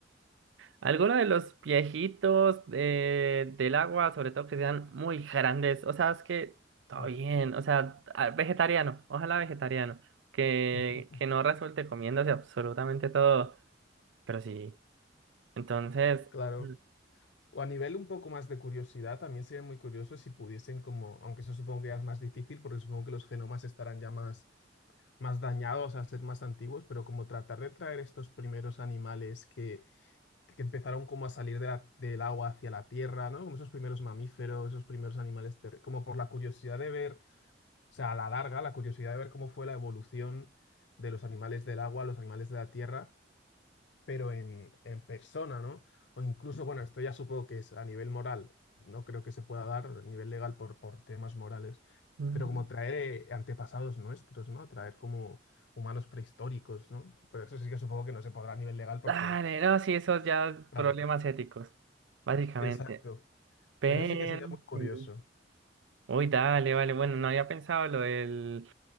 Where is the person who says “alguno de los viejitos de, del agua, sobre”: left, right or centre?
Right